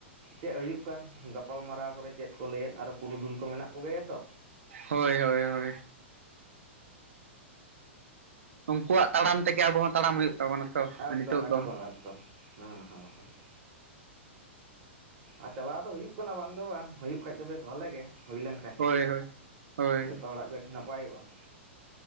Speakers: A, on the right; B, on the right.
A: ᱪᱮᱫ ᱦᱩᱭᱩᱜ ᱠᱟᱱ ᱜᱟᱯᱟᱞᱢᱟᱨᱟᱣ ᱠᱚᱨᱮ ᱪᱮᱫ ᱠᱚ ᱞᱟᱹᱭᱮᱫ ᱟᱨᱚ ᱯᱩᱨᱩᱫᱷᱩᱞ ᱠᱚ ᱢᱮᱱᱟᱜ ᱠᱚᱜᱮᱭᱟ ᱛᱚ?
B: ᱦᱳᱭ ᱦᱳᱭ ᱦᱳᱭ ᱩᱱᱠᱩᱣᱟᱜ ᱛᱟᱲᱟᱢ ᱛᱮᱜᱮ ᱟᱵᱚ ᱦᱚᱸ ᱛᱟᱲᱟᱢ ᱦᱩᱭᱩᱜ ᱛᱟᱵᱚᱱᱟ ᱛᱚ
A: ᱮᱠᱫᱚᱢ
B: ᱱᱤᱛᱚᱜ
A: ᱮᱠᱫᱚᱢ
B: ᱫᱚ
A: ᱮᱠᱫᱚᱢ ᱦᱩᱸ ᱦᱩᱸ ᱦᱩᱸ ᱾ ᱟᱨ ᱪᱟᱞᱟᱣ ᱫᱚ ᱦᱩᱭᱩᱜ ᱠᱟᱱᱟ ᱵᱟᱝ ᱫᱚ ᱵᱟᱝ ᱦᱩᱭᱩᱜ ᱠᱷᱟᱡ ᱫᱚ ᱵᱮᱥ ᱵᱷᱟᱞᱮ ᱜᱮ ᱾ ᱦᱩᱭ ᱞᱮᱱ ᱠᱷᱟᱠ
B: ᱦᱳᱭ ᱦᱳᱭ ᱦᱳᱭ
A: ᱡᱚᱛᱚ ᱦᱚᱲᱟᱜ ᱜᱮ ᱜᱟᱹᱰᱤ ᱱᱟᱯᱟᱭᱚᱜᱼᱟ ᱾